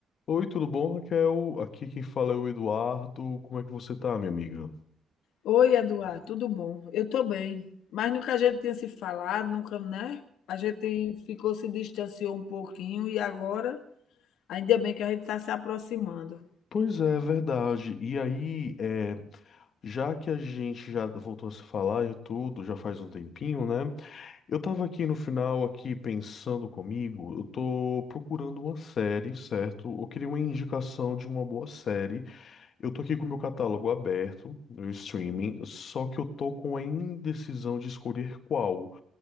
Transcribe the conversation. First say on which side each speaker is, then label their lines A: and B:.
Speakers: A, on the left; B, on the left.
A: Oi, tudo bom, Raquel? Aqui quem fala é o Eduardo. Como é que você tá, minha amiga?
B: Oi, Eduardo, tudo bom? Eu estou bem, mas nunca a gente tinha se falado, nunca, né? A gente ficou, se distanciou um pouquinho e agora, ainda bem que a gente está se aproximando.
A: Pois é, verdade. E aí, é, já que a gente já voltou a se falar e tudo, já faz um tempinho, né? Eu tava aqui no final, aqui pensando comigo, eu tô procurando uma série, certo? Eu queria uma indicação de uma boa série. Eu tô aqui com o meu catálogo aberto, no streaming, só que eu tô com a indecisão de escolher qual.